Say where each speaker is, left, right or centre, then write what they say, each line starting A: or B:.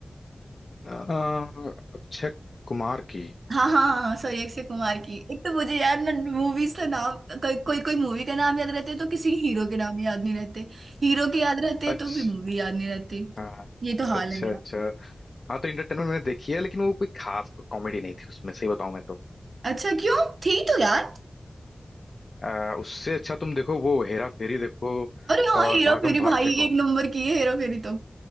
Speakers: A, on the left; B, on the right.
A: अ, अक्षय कुमार की
B: हाँ हाँ हाँ सॉरी अक्षय कुमार की एक तो मुझे यार ना मूवीज का नाम कोई कोई कोई मूवी का नाम याद रहते हैं तो किसी हीरो के नाम याद नहीं रहते हीरो के याद रहते हैं
A: अच्छा
B: तो फिर मूवी याद नहीं रहती
A: हाँ
B: ये तो हाल
A: अच्छा
B: है मेरा
A: अच्छा हाँ तो इंटरटेनमेंट मैंने देखी है लेकिन वो कोई खास तो कॉमेडी नहीं थी उसमें सही बताऊं मैं तो
B: अच्छा क्यों थी तो यार
A: अ, उससे अच्छा तुम देखो वो हेरा फेरी देखो
B: अरे हाँ
A: और
B: हीरो
A: भागम
B: फेरी
A: भाग
B: भाई
A: देखो
B: एक नंबर की है हेरा फेरी तो